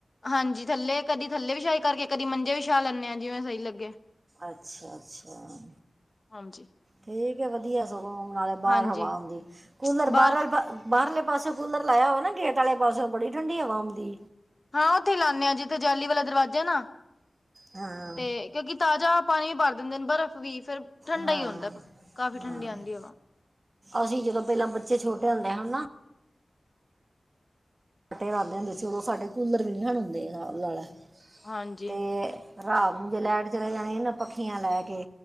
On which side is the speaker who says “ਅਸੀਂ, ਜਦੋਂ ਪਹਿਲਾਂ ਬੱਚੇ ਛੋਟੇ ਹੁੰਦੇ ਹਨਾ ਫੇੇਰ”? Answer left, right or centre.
Right